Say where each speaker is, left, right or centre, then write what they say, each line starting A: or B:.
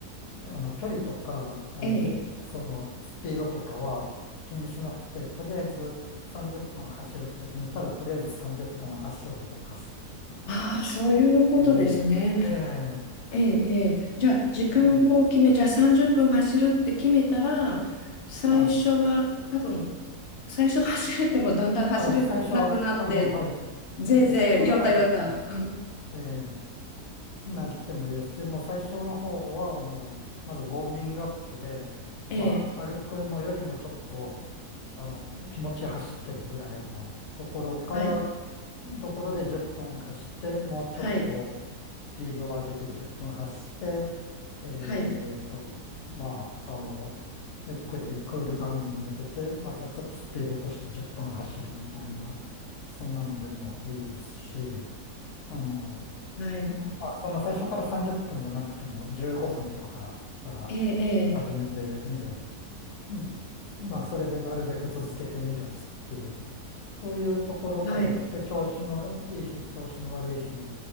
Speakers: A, on the left; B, on the left.
A: あの、距離とか、あの、
B: ええ、ええ、
A: じ、その、スピードとかは気にしなくて、とりあえず30分走るって決めたら、とりあえず30分足を動かすっ
B: ああ、そういうことですね。
A: ていう。ええ
B: ええ、ええ、じゃあ時間を決め、
A: ええ
B: じゃあ30分走るって決めたら、最初は多分、
A: はい。
B: 最初走れてもだんだん走れなくなって、
A: あ、最初は、あの、はい。
B: ぜいぜい、
A: ええ最初は多分、
B: よたよた。<laughs>
A: ええええなってもいいですし、もう最初の方はもう、まずウォーミングアップで、
B: ええ、
A: まあ、歩くのよりもちょっと、あの、気持ち走ってるぐらいのところから、
B: はい、
A: ところで10分走って、もうちょっと
B: はい、
A: スピードを上げて10分走って、えっと、
B: はい、
A: まあ、あの、ゆっくりクールダウンに向けて、またちょっとスピード落として10分走るみたいな、そんなのでもいいですし、あの、
B: はい、
A: まあ、その最初から30分じゅっぷんじゃなくても15分とかから
B: ええ、え
A: 始めてみる。うんまあ、それでなるべく続けてみるっていう、そういうところからやって、
B: え、はい、
A: 調子のいい日、調子の悪い日